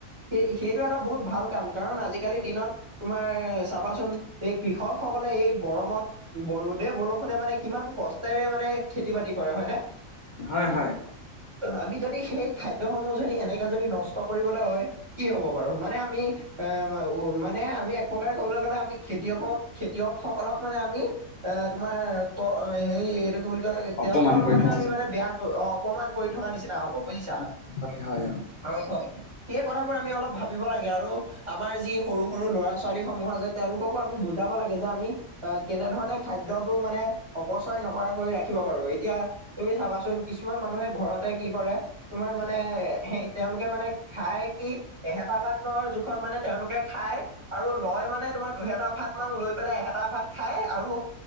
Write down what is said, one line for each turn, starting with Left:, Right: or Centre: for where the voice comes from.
Right: সেই-সেইটো, এটা বহুত ভাল কাম। কাৰণ, আজিকালিৰ দিনত তোমাৰ চাবাচোন, এই কৃষক সকলে এই গৰমত, ৰদে বৰষুণে মানে কিমান কষ্টৰে মানে, খেতি বাতি কৰে হয় নে?
Left: হয় হয়।
Right: আমি যদি সেই খাদ্যসমূহ যদি এনেকে যদি নষ্ট কৰিবলৈ হয় কি হ'ব বাৰু? মানে আমি এ উ মানে আমি এক প্ৰকাৰে কবলৈ গ'লে আমি খেতিয়কক খেতিয়ক সকলক মানে আমি এ তোমাৰ ত হেৰি এইটো কি বুলি কয়,
Left: অপমান
Right: তেওঁলোকৰ লগতহে
Left: কৰি থকা
Right: আমি
Left: নিচিনা
Right: মানে বেয়া, অপমান কৰি থকা নিচিনা হব। বুজিছা
Left: হয় হয় হয়
Right: হয় হয় সেই কথাবোৰ আমি অলপ ভাবিব লাগে আৰু আমাৰ যি সৰু সৰু ল'ৰা ছোৱালী সমূহ আছে, তেওঁলোককো আমি বুজাব লাগে, যে আমি আ কেনেধৰণে খাদ্যটো মানে অপচয় নকৰাকৈ ৰাখিব পাৰো এতিয়া তুমি চাবাচোন কিছুমান মানুহে ঘৰতে কি কৰে তোমাৰ মানে, সেই তেওঁলোকে মানে খাই কি এহেতা বাদৰ জোখত মানে, তেওঁলোকে খাই। আৰু লয় মানে মে তোমাৰ দুহেটা ভাত মান লৈ পেলাই এহেটা ভাত খাই আৰু অ